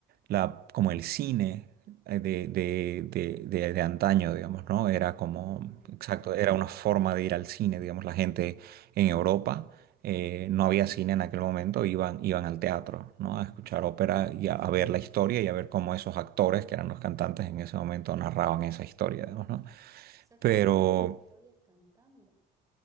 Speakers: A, on the right (about 65°); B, on the right (about 20°).
A: la, como el cine eh, de, de, de, de, de antaño, digamos, ¿no? Era como,
B: ujú,
A: exacto, era una forma de ir al cine, digamos, la gente en Europa. eh, no había cine en aquel momento, iban, iban al teatro, ¿no? A escuchar ópera y a, a ver la historia y a ver cómo esos actores, que eran los cantantes en ese momento, narraban esa historia, digamos, ¿no?
B: sea, que
A: Pero
B: contaban historias cantando.